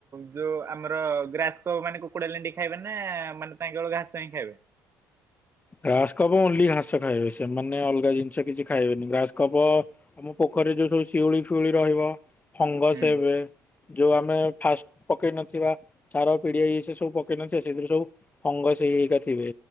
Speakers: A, on the right (about 35°); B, on the left (about 20°).
A: ଯୋଉ ଆମର ଗ୍ରାସକୋ ମାନେ କୁକୁଡା ଲେଣ୍ଡି ଖାଇବେ ନା ମାନେ ତାଙ୍କଳ ଘାସ ହିଁ ଖାଇବେ।
B: ଘ୍ରାସ କପ ଓନ୍ଲି ଘାସ ଖାଇବେ ସେମାନେ ଅଲଗା ଜିନିଷ କିଛି ଖାଇବେନି। ଗ୍ରାସ କପ ଆମ ପୋଖରୀ ଯୋଉ ସବୁ ଶିଉଳି ଫିଉଳି ରହିବ ଫଙ୍ଗସ
A: ହୁଁ
B: ହେବେ ଯୋଉ ଆମେ ଫାଷ୍ଟ ପକେଇ ନଥିବା ସାର ପିଡିଆ ସେ ସବୁ ପକେଇ ନଥିବା ସେଥିରୁ ସବୁ ଫଙ୍ଗସ ହେଇ ହେଇକା ଥିଵେ